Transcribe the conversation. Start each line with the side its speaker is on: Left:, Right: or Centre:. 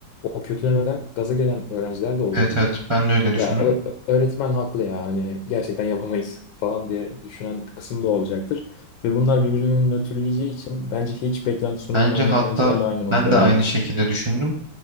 Left: o kötülemeden gaza gelen öğrenciler de olacaktır.
Right: evet evet ben de öyle
Left: Ya
Right: düşündüm.
Left: ö- ö- öğretmen haklı ya hani gerçekten yapamayız falan diye düşünen bir kısım da olacaktır. Ve bunlar birbirlerini nötrleyeceği için bence hiç beklenti sunulmayan
Right: Bence hatta
Left: öğrencilerle aynı notları
Right: ben de aynı
Left: alırlar.
Right: şekilde düşündüm.